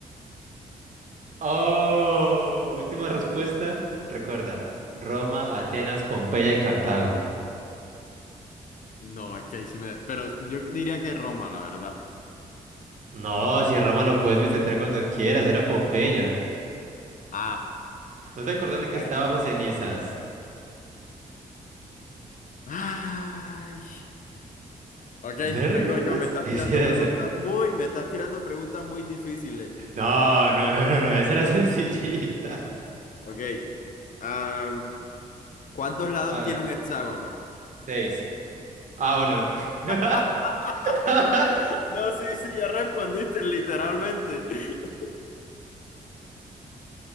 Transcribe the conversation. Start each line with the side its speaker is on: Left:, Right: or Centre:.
Right: Oh, última respuesta. Recuerda, Roma, Atenas, Pompeya y Cartago.
Left: No, es que ahí sí me... Pero yo diría que Roma, la verdad.
Right: No, si Roma lo puedes visitar cuando quieras, era Pompeya.
Left: Ah.
Right: ¿No te acordás de que
Left: Bueno,
Right: estaba bajo cenizas?
Left: Ay. Ok,
Right: ¿No recuerdas?
Left: vengo yo. Me estás
Right: <laughs> Ese
Left: tirando
Right: era
Left: preguntas
Right: ese.
Left: muy... Me estás tirando preguntas muy difíciles.
Right: No, no, no, no, no, esa era <laughs> sencillita.
Left: Ok. Am, ¿cuántos lados
Right: A
Left: tiene
Right: ver,
Left: un hexágono?
Right: seis. Ah, bueno. <laughs>
Left: <laughs>
Right: <laughs>
Left: No, sí, sí, ya respondiste literalmente. <laughs>